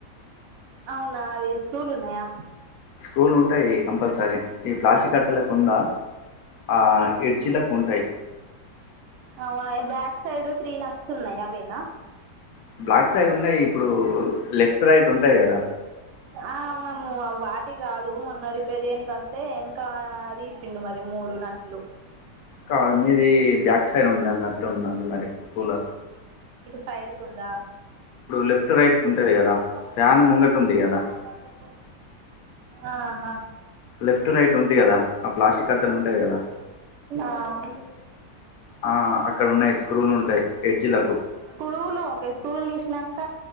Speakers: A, on the right (about 70°); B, on the left (about 70°).
A: అవునా అవి స్కూలున్నాయా
B: స్క్రూలు ఉంటాయి కంపల్సరీ ఈ ప్లాస్టిక్ కట్టలకుంద ఆ ఎడ్జిలాలకు ఉంటాయి
A: అవునాయి బ్యాక్ సైడ్ త్రీ నక్స్ ఉన్నాయి అవేనా
B: బ్లాక్ సైడ్ ఉన్నాయి ఇప్పుడు లెఫ్ట్ రైట్ ఉంటాయి కదా
A: ఆ మేము వాటి కాదు మొన్న రిపేర్ చేయనినికి వస్తే ఇనకా అది ఇసిండు మరి మూడు నాట్లు
B: కాదు మీది బ్యాక్ సైడ్ ఉంది అన్నట్టు ఉన్నది మరి కూల
A: సైడుకుందా
B: లెఫ్ట్
A: ఎ
B: రైట్
A: చిన్న
B: ఉంటది
A: త
B: కదా
A: ఎెట
B: ఫ్యాన్
A: మ
B: ముంగట ఉంది
A: కా
B: కదా
A: క ప్రస ఆహా
B: లెఫ్ట్ రైట్ ఉంది కదా ఆ ప్లాస్టిక్ కట్టలు ఉంటాయి కదా
A: ఆహ్
B: ఆ అక్కడ ఉన్నాయి స్క్రూలు ఉంటాయి ఎడ్జిలకు
A: స్కూలు ఓకే స్కూల్ ఇష్ట నాంక